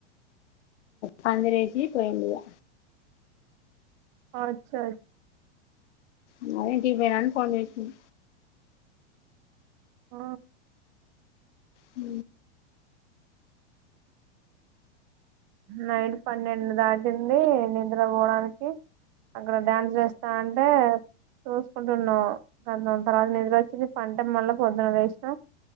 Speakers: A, on the left; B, on the right.
A: పందిర వేసి పోయినారు
B: అ అచ్చా
A: ఫోన్ చేసిన <inaudible>
B: ఆ
A: హ
B: నైట్ పన్నెండు దాటింది నిద్ర పోవడానికి అక్కడ డ్యాన్స్ చేస్తా అంటే చూసుకుంటున్నావు గంత తర్వాత ఎద్ర వచ్చింది పంట మళ్ళా పొద్దున్న చేసిన